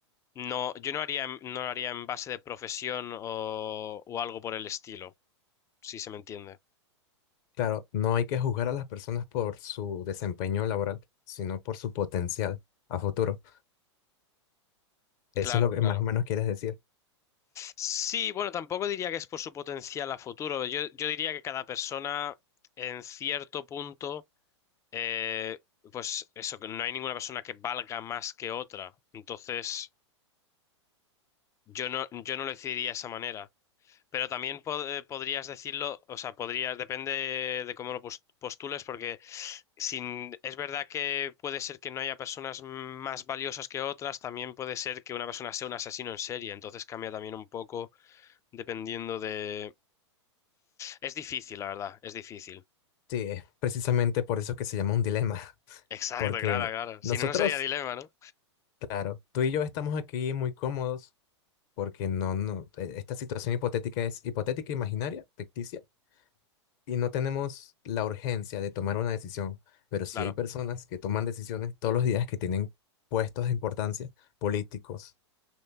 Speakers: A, on the left; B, on the left.
A: no, yo no haría, no lo haría en base de profesión o, o algo por el estilo, si se me entiende.
B: claro, no hay que juzgar a las personas por su desempeño laboral, sino por su potencial a futuro. Eso
A: Claro,
B: es lo que
A: claro.
B: más o menos quieres decir.
A: Sí, bueno, tampoco diría que es por su potencial a futuro. Yo, yo diría que cada persona, en cierto punto, eh, pues eso, que no hay ninguna persona que valga más que otra. Entonces, yo no, yo no lo decidiría de esa manera. Pero también po- eh, podrías decirlo, o sea, podrías, depende de cómo lo pos- postules, porque sin, es verdad que puede ser que no haya personas más valiosas que otras, también puede ser que una persona sea un asesino en serie, entonces cambia también un poco dependiendo de... Es difícil, la verdad, es difícil.
B: Sí, es precisamente por eso que se llama un dilema, <laughs>
A: Exacto,
B: porque
A: claro, claro. Si
B: nosotros,
A: no, no sería dilema, ¿no?
B: claro, tú y yo estamos aquí muy cómodos porque no, no, e- esta situación hipotética es hipotética, imaginaria, ficticia, y no tenemos la urgencia de tomar una decisión, pero sí
A: Claro,
B: hay personas que toman decisiones todos los días que tienen puestos de importancia, políticos,